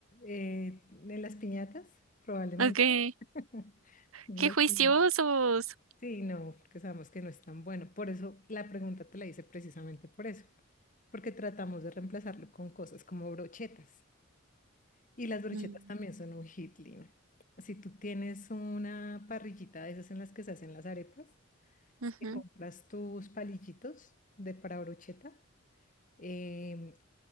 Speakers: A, on the left; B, on the right.
A: Eh, ¿en las piñatas? Probablemente.
B: Ok.
A: <laughs> En
B: Qué
A: las
B: juiciosos.
A: piñatas. Sí, no, porque sabemos que no es tan bueno. Por eso la pregunta te la hice precisamente por eso. Porque tratamos de reemplazarlo con cosas como brochetas. Y las brochetas
B: Mm,
A: también son un hit, Lina. Si tú tienes una parrillita de esas en las que se hacen las arepas,
B: ujú,
A: te compras tus palillitos de para brocheta em,